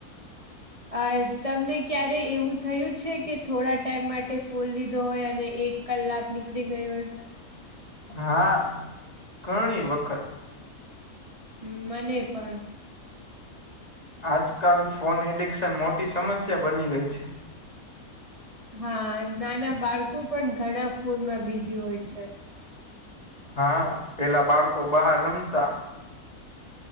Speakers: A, on the left; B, on the right.
A: <inaudible>
B: અહ તમને ક્યારે એવું થયું છે કે થોડા ટાઈમ માટે ફોન લીધો હોય અને એક કલાક નીકળી ગયો હોય.
A: હા, ઘણી વખત.
B: હ મને પણ.
A: આજકાલ ફોન એડિક્શન મોટી સમસ્યા બની ગઈ છે.
B: હા નાના બાળકો પણ ઘણા ફોનમાં બિઝી હોય છે.
A: હા. પહેલા બાળકો બહાર રમતા.